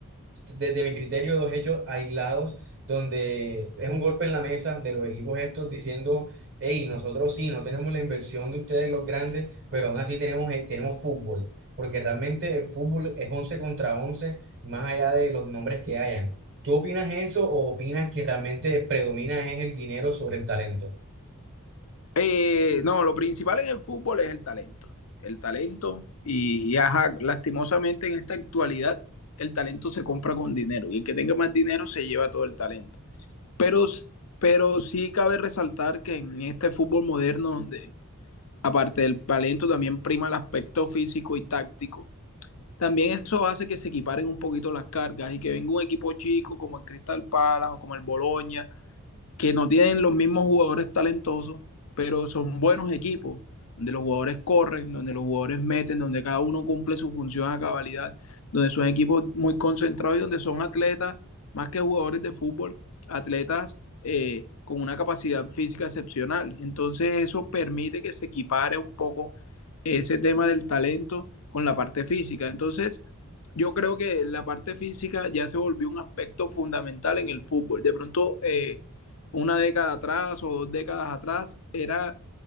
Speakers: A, on the right; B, on the left.
A: desde mi criterio, dos hechos aislados, donde es un golpe en la mesa de los equipos estos diciendo, hey, nosotros sí, no tenemos la inversión de ustedes los grandes, pero aún así tenemos, eh, tenemos fútbol, porque realmente el fútbol es 11 contra 11 más allá de los nombres que hayan. ¿Tú opinas eso o opinas que realmente predomina es el dinero sobre el talento?
B: Eh, no, lo principal en el fútbol es el talento. El talento y, y ajá, lastimosamente en esta actualidad el talento se compra con dinero y el que tenga más dinero se lleva todo el talento. Pero, pero sí cabe resaltar que en este fútbol moderno donde aparte del talento también prima el aspecto físico y táctico, también eso hace que se equiparen un poquito las cargas y que venga un equipo chico como el Crystal Palace o como el Boloña que no tienen los mismos jugadores talentosos, pero son buenos equipos, donde los jugadores corren, donde los jugadores meten, donde cada uno cumple su función a cabalidad, donde son equipos muy concentrados y donde son atletas, más que jugadores de fútbol, atletas eh, con una capacidad física excepcional. Entonces eso permite que se equipare un poco ese tema del talento con la parte física. Entonces, yo creo que la parte física ya se volvió un aspecto fundamental en el fútbol. De pronto, eh, una década atrás o dos décadas atrás, era